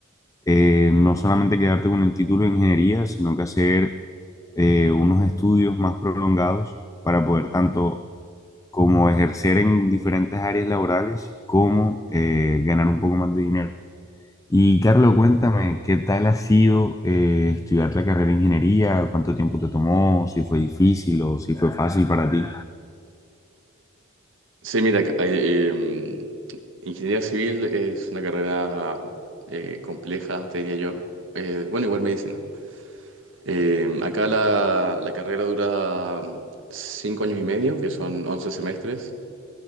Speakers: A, on the left (about 15°); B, on the right (about 65°).
A: eh, no solamente quedarte con el título de ingeniería, sino que hacer eh, unos estudios más prolongados para poder tanto como ejercer en diferentes áreas laborales como eh, ganar un poco más de dinero. Y Carlos, cuéntame, ¿qué tal ha sido eh, estudiar la carrera de ingeniería? ¿Cuánto tiempo te tomó? ¿Si fue difícil o si fue fácil para ti?
B: Sí, mira, ca- eh, em, ingeniería civil es una carrera eh, compleja, te diría yo. Eh, bueno, igual medicina. Em, acá la, la carrera dura mm, cinco años y medio, que son 11 semestres.